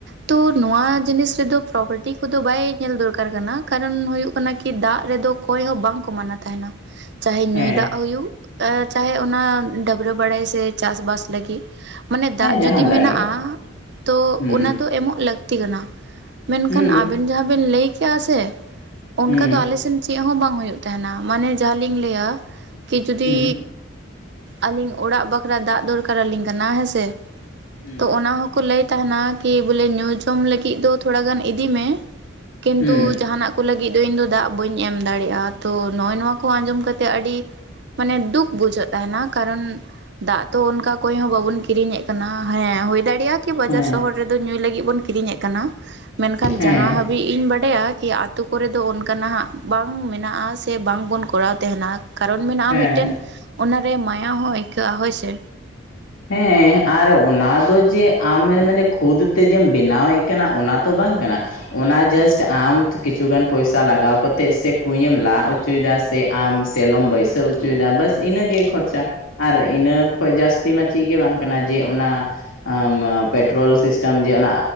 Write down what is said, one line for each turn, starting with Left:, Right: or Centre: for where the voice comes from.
Right: ᱛᱚ ᱱᱚᱣᱟ ᱡᱤᱱᱤᱥ ᱨᱮᱫᱚ ᱯᱨᱯᱟᱨᱴᱤ ᱠᱚᱫᱚ ᱵᱟᱭ ᱧᱮᱞ ᱫᱚᱨᱠᱟᱨ ᱠᱟᱱᱟ ᱠᱟᱨᱚᱱ ᱦᱳᱭᱳᱜ ᱠᱟᱱᱟ ᱠᱤ ᱫᱟᱜ ᱨᱮᱫᱚ ᱚᱠᱚᱭ ᱦᱚᱸ ᱵᱟᱝᱠᱚ ᱢᱟᱱᱟ ᱛᱟᱦᱮᱸᱱᱟ ᱪᱟᱦᱮ
Left: ᱦᱮᱸ
Right: ᱧᱩᱭ ᱫᱟᱜ ᱦᱩᱭᱩᱜ ᱪᱟᱦᱮ ᱚᱱᱟ ᱰᱟᱹᱵᱽᱨᱟᱹ ᱵᱟᱲᱟᱭ ᱥᱮ ᱪᱟᱥᱵᱟᱥ ᱞᱟᱹᱜᱤᱫ ᱢᱟᱱᱮ ᱫᱟᱜ
Left: ᱦᱮᱸ ᱡᱟᱦᱟᱱ
Right: ᱡᱩᱫᱤ ᱢᱮᱱᱟᱜᱼᱟ
Left: ᱫᱟᱜ ᱜᱮ
Right: ᱛᱚ
Left: ᱦᱩᱸ
Right: ᱚᱱᱟ ᱫᱚ ᱮᱢᱚᱜ ᱞᱟᱹᱠᱛᱤ ᱠᱟᱱᱟ ᱢᱮᱱᱠᱷᱟᱱ
Left: ᱦᱩᱸ
Right: ᱟᱵᱮᱱ ᱡᱟᱦᱟᱸ ᱵᱮᱱ ᱞᱟᱹᱭ ᱠᱮᱜᱼᱟ ᱥᱮ ᱚᱱᱠᱟ
Left: ᱦᱩᱸ
Right: ᱫᱚ ᱟᱞᱮ ᱥᱮᱱ ᱪᱮᱫ ᱦᱚᱸ ᱵᱟᱝ ᱦᱩᱭᱩᱜ ᱛᱟᱦᱮᱱᱟ ᱢᱟᱱᱮ ᱡᱟᱦᱟᱸ ᱞᱤᱧ ᱞᱟᱹᱭᱟ ᱠᱤ ᱡᱩᱫᱤ
Left: ᱦᱩᱸ
Right: ᱟᱹᱞᱤᱧ ᱚᱲᱟᱜ ᱵᱟᱠᱷᱨᱟ ᱫᱟᱜ ᱫᱚᱨᱠᱟᱨ ᱟᱞᱤᱧ ᱠᱟᱱᱟ ᱦᱮᱸᱥᱮ
Left: ᱦᱩᱸ
Right: ᱛᱚ ᱚᱱᱟ ᱦᱚᱸ ᱠᱚ ᱞᱟᱹᱭ ᱛᱟᱦᱮᱱᱟ ᱠᱤ ᱵᱚᱞᱮ ᱧᱩ ᱡᱚᱢ ᱞᱟᱹᱜᱤᱫ ᱫᱚ ᱛᱷᱚᱲᱟ ᱜᱟᱱ ᱤᱫᱤ ᱢᱮ ᱠᱤᱱᱛᱩ
Left: ᱦᱩᱸ
Right: ᱡᱟᱦᱟᱱᱟᱜ ᱱᱩᱠᱩ ᱞᱟᱹᱜᱤᱫ ᱫᱚ ᱤᱧ ᱫᱚ ᱫᱟᱜ ᱵᱟᱹᱧ ᱮᱢ ᱫᱟᱲᱮᱭᱟᱜᱼᱟ ᱛᱚ ᱱᱚᱜᱼᱚᱭ ᱱᱚᱣᱟ ᱠᱚ ᱟᱸᱡᱚᱢ ᱠᱟᱛᱮ ᱟᱹᱰᱤ ᱢᱟᱱᱮ ᱫᱩᱠ ᱵᱩᱡᱷᱟᱹᱜ ᱛᱟᱦᱮᱱᱟ ᱠᱟᱨᱚᱱ ᱫᱟᱜ ᱛᱚ ᱚᱱᱠᱟ ᱠᱚᱭ ᱦᱚᱸ ᱵᱟᱵᱚᱱ ᱠᱤᱨᱤᱧᱮᱫ ᱠᱟᱱᱟ ᱦᱮᱸ ᱦᱩᱭ ᱫᱟᱲᱮᱭᱟᱜᱼᱟ ᱠᱤ ᱵᱟᱡᱟᱨ
Left: ᱦᱮᱸ
Right: ᱥᱚᱦᱚᱨ ᱨᱮᱫᱚ ᱧᱩᱭ ᱞᱟᱹᱜᱤᱫ ᱵᱚᱱ ᱠᱤᱨᱤᱧᱮᱫ ᱠᱟᱱᱟ ᱢᱮᱱᱠᱷᱟᱱ
Left: ᱦᱮᱸ
Right: ᱡᱟᱦᱟᱸ ᱦᱟᱹᱵᱤᱡ <unintelligible> ᱤᱧ ᱵᱟᱰᱟᱭᱟ ᱠᱤ ᱟᱛᱳ ᱠᱚᱨᱮ ᱫᱚ ᱚᱱᱠᱟᱱᱟᱜ ᱦᱟᱸᱜ ᱵᱟᱝ ᱢᱮᱱᱟᱜᱼᱟ ᱥᱮ ᱵᱟᱝ ᱵᱚᱱ ᱠᱚᱨᱟᱣ ᱛᱟᱦᱮᱸᱱᱟ ᱠᱟᱨᱚᱱ ᱢᱮᱱᱟᱜᱼᱟ
Left: ᱦᱮᱸ
Right: ᱢᱤᱫᱴᱮᱱ ᱚᱱᱟᱨᱮ ᱢᱟᱭᱟ ᱦᱚᱸ ᱟᱹᱭᱠᱟᱹᱜᱼᱟ ᱦᱳᱭ ᱥᱮ
Left: ᱦᱮᱸ ᱟᱨ ᱚᱱᱟ ᱫᱚ ᱡᱮ ᱟᱢᱮ ᱢᱟᱱᱮ ᱠᱷᱩᱫ ᱛᱮ ᱡᱮᱢ ᱵᱮᱱᱟᱣᱮᱫ ᱠᱟᱱᱟ ᱚᱱᱟ ᱛᱚ ᱵᱟᱝ ᱠᱟᱱᱟ ᱚᱱᱟ ᱡᱟᱥᱴ ᱟᱢ ᱠᱤᱪᱷᱩᱜᱟᱱ ᱯᱚᱭᱥᱟ ᱞᱟᱜᱟᱣ ᱠᱟᱛᱮᱫ ᱥᱮ ᱠᱩᱧ ᱮᱢ ᱞᱟᱪᱚ ᱚᱪᱚᱭᱮᱫᱟ ᱥᱮ ᱟᱢ ᱥᱮᱞᱚᱢ ᱵᱟᱹᱭᱥᱟᱹᱣ ᱚᱪᱚᱭᱮᱫᱟ ᱵᱟᱥ ᱤᱱᱟᱹᱜᱮ ᱠᱷᱚᱨᱪᱟ ᱟᱨ ᱤᱱᱟᱹ ᱠᱷᱚᱡᱽ ᱡᱟᱹᱥᱛᱤ ᱞᱟᱹᱛᱤ ᱢᱟ ᱪᱮᱫ ᱜᱮ ᱵᱟᱝ ᱠᱟᱱᱟ ᱡᱮ ᱚᱱᱟ ᱟᱢ ᱯᱮᱴᱨᱳᱞ ᱥᱤᱥᱴᱮᱢ ᱡᱮ ᱚᱱᱟ